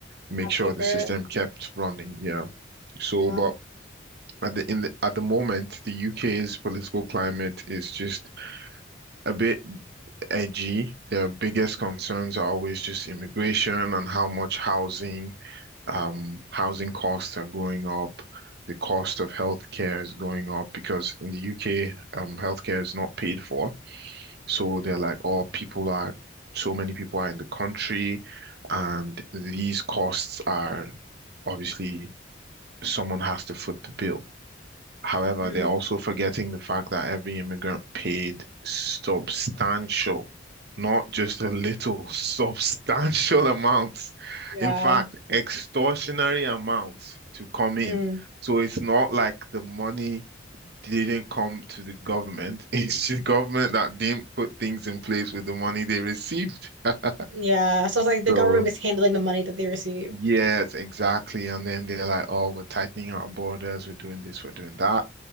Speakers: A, on the right (about 55°); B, on the right (about 75°).
A: make
B: Advocate
A: sure the
B: for
A: system kept running, yeah. So,
B: it.
A: but at the in the, at the moment, the UK's political climate is just a bit edgy. Their biggest concerns are always just immigration and how much housing, um, housing costs are going up. The cost of healthcare is going up because in the UK, um, healthcare is not paid for. So they're like, oh, people are, so many people are in the country, and these costs are obviously someone has to foot the bill. However,
B: Mm,
A: they're also forgetting the fact that every immigrant paid substantial, not just a little, <laughs> substantial amounts.
B: yeah.
A: In fact, extortionary amounts to come
B: Mm,
A: in. So it's not like the money didn't come to the government. <laughs> It's the government that didn't put things in place with the money they received. <laughs>
B: yeah. So it's like the
A: So
B: government mishandling the money that they receive.
A: Yes, exactly. And then they're like, oh, we're tightening our borders, we're doing this, we're doing that.